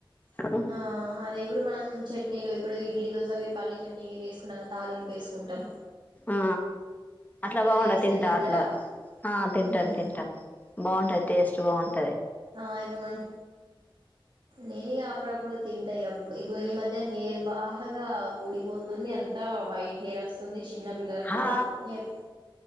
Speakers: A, on the left; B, on the right.
A: అవునా
B: ఆ అదే ఇప్పుడు మనం చట్నీలో ఇప్పుడు ఇడ్లీ దోశగా అవి పల్లీ చట్నీగా చేేసుకున్నాంక తాలింపు వేసుకుంటాం
A: ఆ అట్లా బాగుండ
B: వేస్తే
A: తింటా
B: తింటారా
A: అట్లా ఆ తింటాం
B: ఉమ్
A: తింటాం బావుంటాది టేస్ట్ బావుంటాది
B: ఆ ఇప్పుడు మన నేనయ్యే అప్పుడు అప్పుడు తింటాయి ఇప్పుడు ఈ మధ్య ఇదే హెయిర్ బాగా ఊడిపోతుంది అంతా వైట్ హెయివస్తుంది చిన్న పిల్లలలకు
A: హా
B: కూడా ఏక్